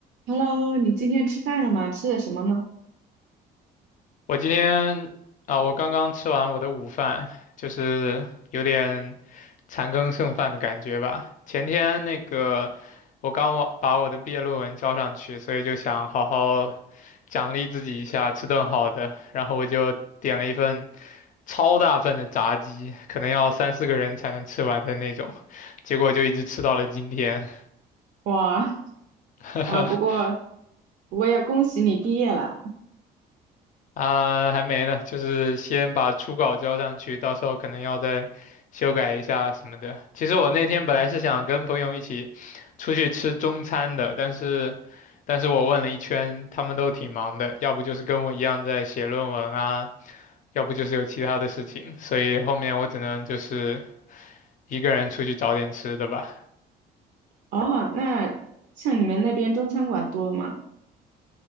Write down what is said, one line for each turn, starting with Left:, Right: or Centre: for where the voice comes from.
Right: Hello，你今天吃饭了吗？吃的什么呢？
Left: 我今天啊，我刚刚吃完我的午饭，就是有点残羹剩饭的感觉吧。前天那个，我刚完把我的毕业论文交上去，所以就想好好奖励自己一下，吃顿好的。然后我就点了一份超大份的炸鸡，可能要三四个人才能吃完的那种，结果就一直吃到了今天。
Right: 哇
Left: <laughs>
Right: 哇，不过不过要恭喜你毕业了。
Left: 啊，还没呢，就是先把初稿交上去，到时候可能要再修改一下什么的。其实我那天本来是想跟朋友一起出去吃中餐的，但是，但是我问了一圈，他们都挺忙的，要不就是跟我一样在写论文啊，要不就是有其他的事情，所以后面我只能就是一个人出去找点吃的吧。
Right: 哦，那像你们那边中餐馆多吗？